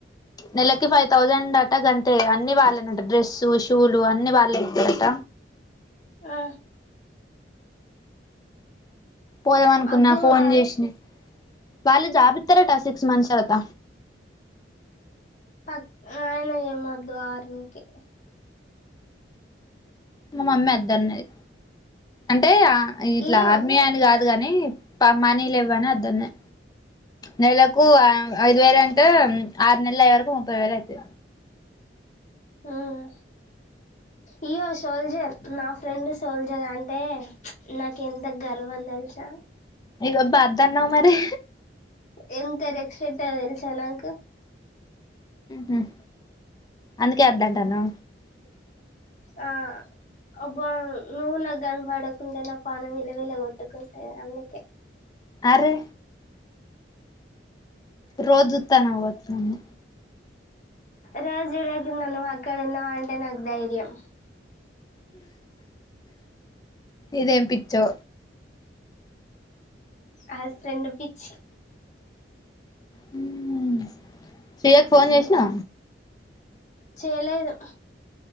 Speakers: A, on the left; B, on the left.
A: నెలకి ఫైవ్ థౌసండ్ అట గంతే అన్ని వాళ్ళనట డ్రెస్సు షూలు అన్ని వాళ్ళే ఇస్తరట
B: ఆ
A: పోయామనుకున్నా
B: అద్దు
A: ఫోన్
B: ఆర్
A: చేసిన వాళ్ళు జాబ్ ఇత్తారటా మనిషిఅయిత
B: పక్ ఆయన ఏమద్దు ఆర్మకి
A: మామమ్మీ అద్దరున్నది అంటే ఇట్లా
B: ఇయ్యో
A: ఆర్మీ అని కాదు కాని మనీలువ్వని అద్దన్నాయి నెల క్కువ ఐదు వేరంటే ఆరు నెలయ వరకు ముప్పై వేల యితే
B: హమ్ ఇయ్యో సోల్జర్ నా ఫ్రెండ్ సోల్జర్ అంటే నాక ఎంత గర్వం తెలుసా
A: ఇగో బద్ తన్నా మరి
B: ఎంతారు ఎక్స్డెట్ తెలిసా నాక
A: హమ్ అందుకే వద్దంటాను
B: ఆ అబ నుూల కనబడకుంటనా పణం విలవల కొట్టుకుంట అన్నికే
A: అరే రోజుతానువ్వచ్చాను
B: రాజుకి నన్న వాకాలన్న వంట నాకు్ధైర్యం
A: ఇదేం పచ్చో
B: అల ఫ్రెండ్ పిచి
A: హమ్ శియకు ఫోన్ చేసినా
B: చేలేదు